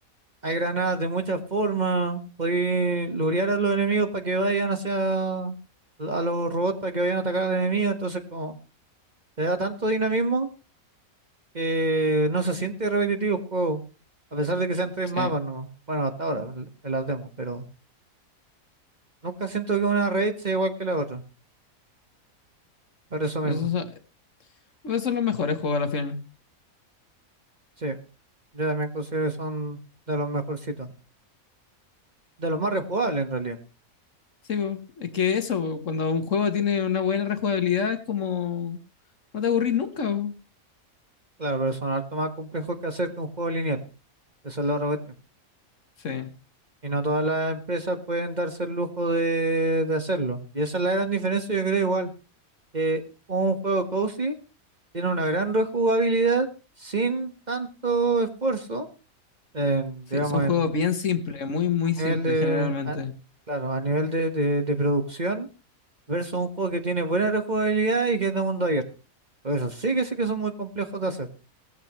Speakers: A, on the right; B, on the left.
A: Hay granadas de muchas formas. Podéis lurear a los enemigos para que vayan hacia a los robots para que vayan a atacar al enemigo. Entonces, como te da tanto dinamismo que no se siente repetitivo el juego. A pesar de que sean tres
B: Sí.
A: mapas nomás. Bueno, hasta ahora, en en las demos, pero nunca siento que una raid sea igual que la otra. Por eso
B: Eso
A: mismo.
B: son, esos son los mejores juegos a la final.
A: Sí, yo también considero que son de los mejorcitos. De los más rejugables en realidad.
B: Sí, po. es que eso, po, cuando un juego tiene una buena rejugabilidad, es como, no te aburrís nunca. po.
A: Claro, pero son harto más complejos que hacer que un juego lineal. Esa es la otra cuestión.
B: Sí.
A: Y no todas las empresas pueden darse el lujo de, de hacerlo. Y esa es la gran diferencia, yo creo igual. que un juego cozy tiene una gran rejugabilidad sin tanto esfuerzo, en,
B: Sí,
A: digamos,
B: son juegos
A: en,
B: bien simples, muy, muy
A: a
B: simples
A: nivel de,
B: generalmente.
A: a- claro, a nivel de, de, de producción, versus un juego que tiene buena rejugabilidad y que es de mundo abierto. Por eso sí que sí que son muy complejos de hacer.